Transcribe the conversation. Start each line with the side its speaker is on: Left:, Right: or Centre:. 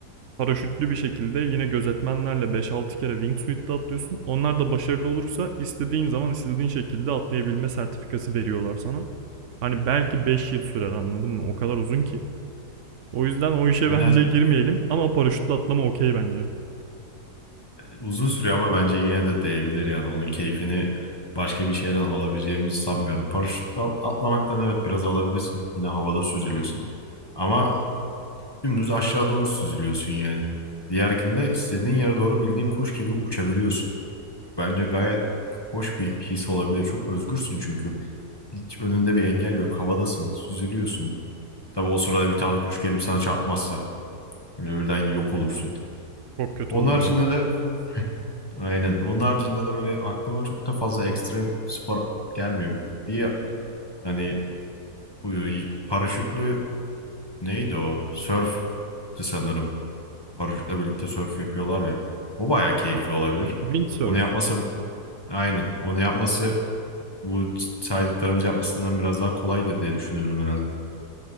Right: paraşütlü bir şekilde yine gözetmenlerle beş altı kere wingsuit'te atlıyorsun. Onlar da başarılı olursa istediğin zaman istediğin şekilde atlayabilme sertifikası veriyorlar sana. Hani belki 5 yıl sürer anladın mı? O kadar uzun ki. O yüzden o işe
Left: yine
Right: bence girmeyelim
Left: de
Right: ama paraşütle atlama okey bence.
Left: Uzun sürüyor ama bence yine de değebilir yani. Onun keyfini başka bir şeyden alabileceğimizi sanmıyorum. Paraşütle al- atlamaktan evet biraz alabilirsin. Yine havada süzülüyorsun. Ama dümdüz aşağı doğru süzülüyorsun yani. Diğerkinde istediğin yere doğru bildiğin kuş gibi uçabiliyorsun. Bence gayet hoş bir his olabilir. Çok özgürsün çünkü. Hiç önünde bir engel yok. Havadasın, süzülüyorsun. Tabii o sırada bir tane kuş gelip sana çarpmazsa böyle birden yok olursun.
Right: Çok kötü
Left: Onun
Right: olur
Left: haricinde
Right: ya.
Left: de Aynen. Onun haricinde de böyle aklıma çok da fazla ekstrem spor gelmiyor. Bir hani bu paraşütlü neydi o? Sörftü sanırım. Paraşütle birlikte sörf yapıyorlar ya. O bayağı keyifli olabilir.
Right: Windsurf.
Left: Onu yapması aynen. Onu yapması bu saydıklarımız yapmasından biraz daha kolaydır diye düşünüyorum herhalde.